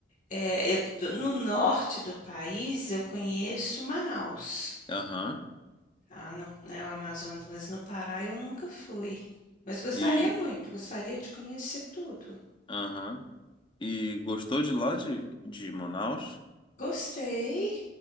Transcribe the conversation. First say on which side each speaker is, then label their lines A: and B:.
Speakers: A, on the left; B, on the left.
A: É, eu do no norte do país, eu conheço Manaus,
B: Aham.
A: tá, no né, o Amazonas, mas no Pará eu nunca fui. Mas gostaria
B: E,
A: muito, gostaria de conhecer tudo.
B: aham. E gostou de lá de, de Manaus?
A: Gostei.